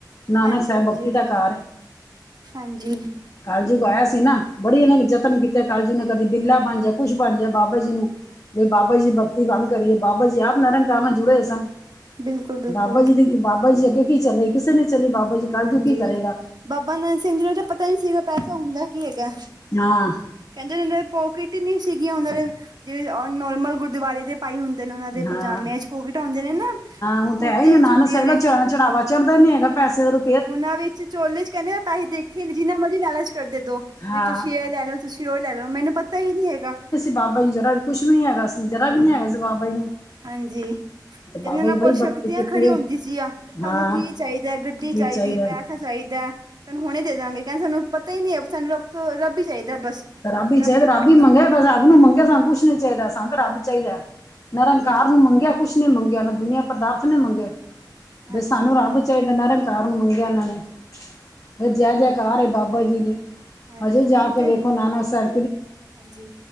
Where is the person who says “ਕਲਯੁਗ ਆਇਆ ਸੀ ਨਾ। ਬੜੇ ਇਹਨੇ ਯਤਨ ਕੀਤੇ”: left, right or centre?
Left